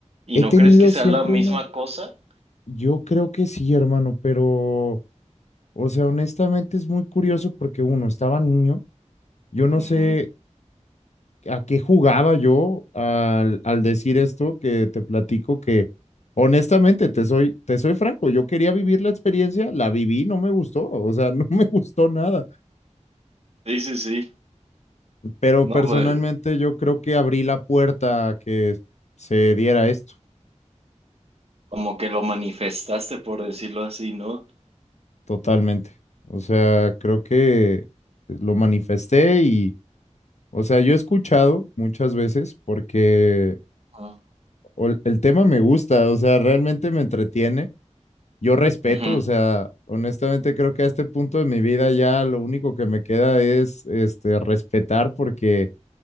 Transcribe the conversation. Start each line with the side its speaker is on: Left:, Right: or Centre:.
Right: ¿y
Left: He
Right: no
Left: tenido
Right: crees que sea
Left: siempre
Right: la misma
Left: una,
Right: cosa?
Left: yo creo que sí, hermano, pero, o sea, honestamente es muy curioso porque uno, estaba niño. Yo no
Right: Ujú.
Left: sé a qué jugaba yo al, al decir esto que te platico que honestamente te soy, te soy franco, yo quería vivir la experiencia, la viví, no me gustó, o sea, <laughs> no me gustó nada,
Right: Sí, sí, sí.
Left: pero
Right: No,
Left: personalmente
Right: pues
Left: yo creo que abrí la puerta a que se diera esto
Right: como que lo manifestaste, por decirlo así, ¿no?
Left: totalmente. O sea, creo que lo manifesté y, o sea, yo he escuchado muchas veces porque
Right: Ah.
Left: o- el tema me gusta, o sea, realmente me entretiene yo respeto,
Right: Ujú.
Left: o sea, honestamente creo que a este punto de mi vida ya lo único que me queda es este respetar porque